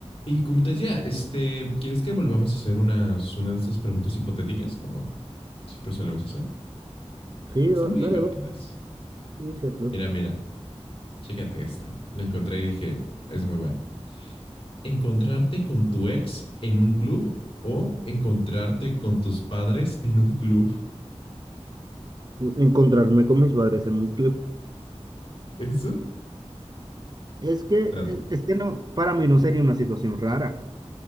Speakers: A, on the left; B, on the right.
A: Y como te decía, este, ¿quieres que volvamos a hacer unas, una de estas preguntas hipotéticas, como siempre solemos hacer?
B: Sí,
A: Están
B: o-
A: muy
B: dale,
A: divertidas.
B: va, sí, es cierto.
A: Mira, mira, chécate esta. La encontré y dije, es muy buena. ¿Encontrarte con tu ex en un club o encontrarte con tus padres en un club?
B: Encontrarme con mis padres en un club.
A: <laughs> ¿Eso?
B: Es que,
A: Ah,
B: eh, es que no, para mí no sería una situación rara.